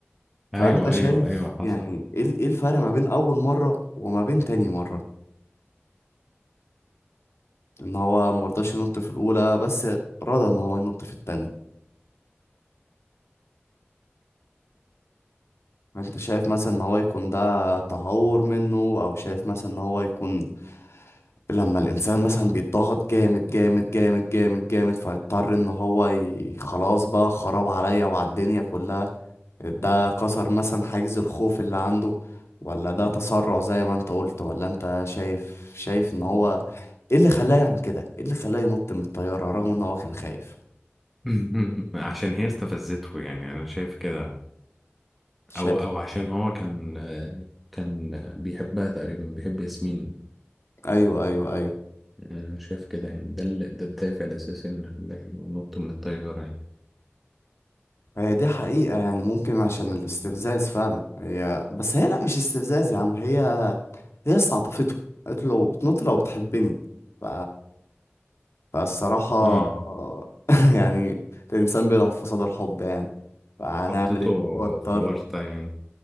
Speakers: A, on the left; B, in the centre.
A: فأنت
B: ايوه
A: شايف
B: ايوه ايوه حصل
A: يعني إيه ال- إيه الفرق ما بين أول مرة وما بين تاني مرة إن هو مرضاش ينط في الأولى بس رضى إن هو ينط في التاني أنت شايف مثلا إن هو يكون ده تهور منه أو شايف مثلا إن هو يكون لما الانسان مثلا بيتضغط جامد جامد جامد جامد جامد فيضطر ان هو ي... خلاص بقى خراب عليا وعلى الدنيا كلها ده كسر مثلا حاجز الخوف اللي عنده ولا ده تسرع زي ما انت قلت ولا انت شايف شايف ان هو ايه اللي خلاه يعمل كده ايه اللي خلاه ينط من الطيارة رغم ان هو كان خايف
B: <laughs> عشان هي استفزته يعني انا شايف كده
A: شايف
B: او او عشان هو كان آه، كان بيحبها تقريبا بيحب ياسمين
A: ايوه ايوه ايوه
B: آه، شايف كده يعني ده ال- ده الدافع الاساسي ان خلاه ينط من الطياره يعني
A: هي دي حقيقة يعني ممكن عشان الاستفزاز فعلا هي بس هي لا مش استفزاز يا عم هي هي استعطفته قالت له لو بتنط لو بتحبني ف... فالصراحة
B: امم
A: آه، <laughs> يعني الإنسان بيضعف في صدى الحب يعني فهنعمل
B: حطيته
A: إيه هو اضطر
B: في ورطه يعني